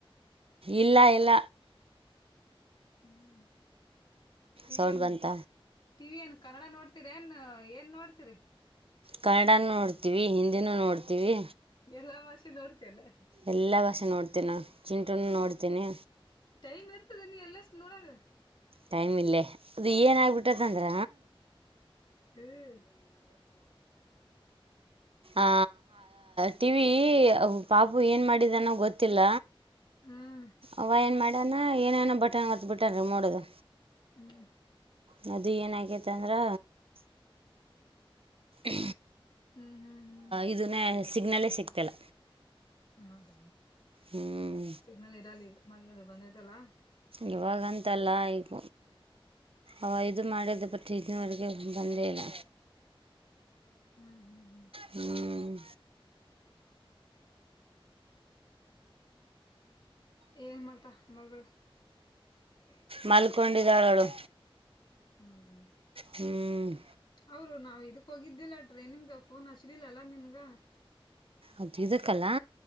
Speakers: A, on the right; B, on the left.
A: ಇಲ್ಲ ಇಲ್ಲ
B: ಹ್ಮ್ ಟಿ
A: ಸೌಂಡ್
B: ವನ್
A: ಬಂತ
B: ಟಿ ಏನ್ ಕನ್ನಡ ನೋಡ್ತಿೀರಿ ಏನ್ ಏನ್ ನೋಡ್ತೀರಿ
A: ಕನ್ನಡ ನೋಡ್ತೀವಿ ಹಿಂದಿನೂ ನೋಡ್ತೀವಿ
B: ಎಲ್ಲಾ ಮಾಸೆ ನೋಡ್ತೇನೆ
A: ಎಲ್ಲಾ ಭಾಷೆ ನೋಡ್ತೇನಿ ನು ಚಿಂಟು ನೋಡ್ತೇನಿ
B: ಟೈಮ್ ಇರ್ತದೆ ನೀ ಎಲ್ಲ ನೋಡಾಗ
A: ಟೈಮ್ ಇಲ್ಲೇ ಅದು ಏನ್ ಆಗ್ಬಿಟ್ಟತ್ತಂದ್ರ
B: ಹ್ಮ್ ೋ
A: ಆ ಟಿವ ವಿ ಪಾಪು ಏನ್ ಮಾಡಿದನ್ನೋ ಗೊತ್ತಿಲ್ಲ
B: ಹ್ಮ್
A: ಅವ ಏನ್ ಮಾಡಣ ಏನೇನೋ ಬಟನ್ ಹೊತ್ ಬಿಟನ್ರಿ ನೋಡುದು
B: ಹ್ಮ್
A: ನದಿ ಏನಕೈತೆ ಅಂದ್ರೆ ಹ
B: ಹ್ಮ್ ಹ್ಮ್ ಹ್ಮ್
A: ಇದನ್ನೇ ಸಿಗ್ನಲ್ಲೇ ಸಿಗ್ತಿಲ್ಲ
B: ಹೌದ
A: ಹ್ಞೂ
B: ಸಿಗ್ನಲ್ ಇರಲ್ಲಗ ಮಳಗ ಬಂದೈತಲ್ಲಾ
A: ಇವಾಗಂತಲ್ಲ ಈಗ ಅವ ಇದು ಮಾಡೋದು ಬಟ್ ಇದನ್ವರೆಗೆ ಬಂದೇ ಇಲ್ಲ
B: ಹ್ಮ್ ಹ್ಮ್ ಹ್ಮ್
A: ಹ್ಮ್
B: ಏನ್ ಮಾಡ್ತ ಮಗಳು ಹ್ಮ
A: ಮಾಲ್ಕೊಂಡಿದ್ದಾಳಳು
B: ಹ್ಮ್
A: ಹ್ಮ್
B: ಅವರು ನಾವ್ ಇದಕ್ ಹೋಗಿದ್ದಿಲ್ಲ ಟ್ರೇ ನಿಂಗ್ಗ ಫೋನ್ ಹಚ್ಲಿಲ್ಲಲ್ಲಾ ನಿನ್ಗ
A: ಅದು ಇದಕ್ಕಲ್ಲಾ